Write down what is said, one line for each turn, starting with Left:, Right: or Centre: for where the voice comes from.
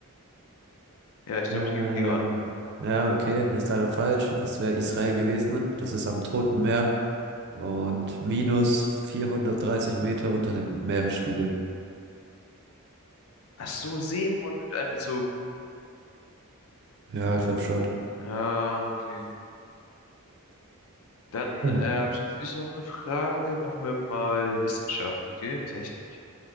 Left: Ja, ich
Right: Ähm,
Left: glaube, ich gehe mit dem Iran.
Right: ja, okay, ist leider falsch. Es wäre Israel gewesen. Das ist am Toten Meer. Und minus 430 Meter unter dem Meeresspiegel.
Left: Ach so, Seen wurden mit einbezogen.
Right: Ja, ich glaube schon.
Left: Ah, okay. Dann
Right: Hm.
Left: äh, habe ich noch für dich noch mal eine Frage. Machen wir mal Wissenschaft, okay? Technik.